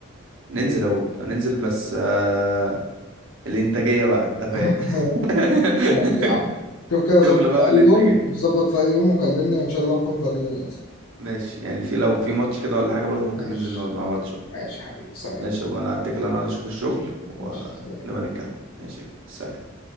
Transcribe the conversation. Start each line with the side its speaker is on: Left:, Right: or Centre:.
Right: ننزل يا بوب ننزل بس آه، الإنتاجية بقى أنت فاهم
Left: <laughs>
Right: <laughs>
Left: ماشي يا عم شوف كده ظبط
Right: شغل بقى
Left: في
Right: والإنتاجية
Left: اي يوم ظبط في اي يوم وكلمني وان شاء الله نكون فاضيين وننزل
Right: ماشي يعني في لو في ماتش كده ولا حاجة برضه ممكن
Left: ماشي
Right: ننزل نقعد مع بعض شوية
Left: ماشي يا حبيبي سلام
Right: ماشي وانا هتكل انا اشوف الشغل ونبقى
Left: ماشي، سلام
Right: نتكلم ماشي سلام